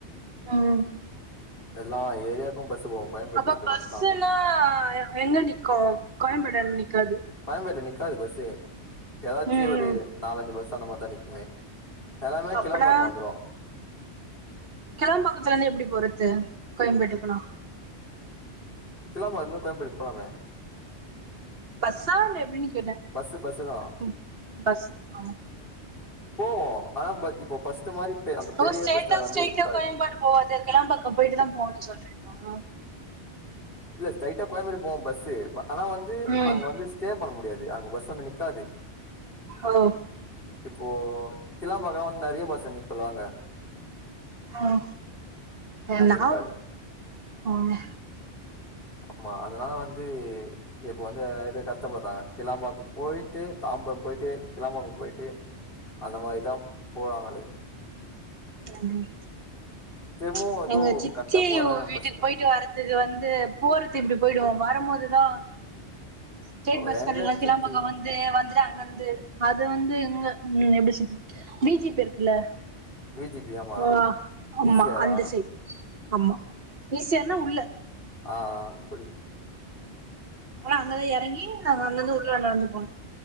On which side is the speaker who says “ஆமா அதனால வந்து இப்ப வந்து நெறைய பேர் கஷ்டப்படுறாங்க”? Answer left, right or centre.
Left